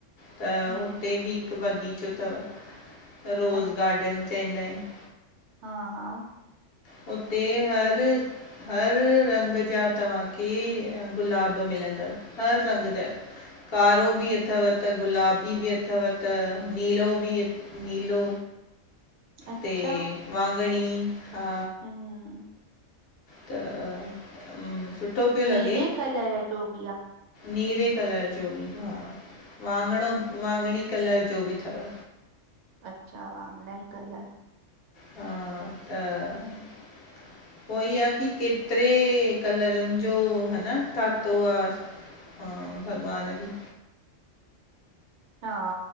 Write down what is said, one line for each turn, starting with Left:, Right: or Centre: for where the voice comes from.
Left: त,
Right: हम्म
Left: हुते बि हिकु बगीचो अथव, रोज़
Right: अ
Left: गार्डन चवंदा, आहिनि।
Right: हा, हा
Left: हुते हर हर रंग जा, तव्हांखे गुलाब मिलंदव, हर रंग जा कारो बि अथव त गुलाबी बि अथव त नीलो बिअ नीलो
Right: अच्छा
Left: ते वाॻिणी हा
Right: हम्म
Left: त हू सुठो पियो
Right: नीरे
Left: लॻे
Right: कलर जो बि आ।
Left: नीरे कलर, जो बि हा वांॻिणो वांॻिणी कलर जो बि थव।
Right: अच्छा, वाङणाई कलर।
Left: हा त।
Right: हम्म।
Left: <inaudible> हो ई आ की केतिरे कलरनि जो ह न ठातो आ। हा भॻवान बि
Right: हा।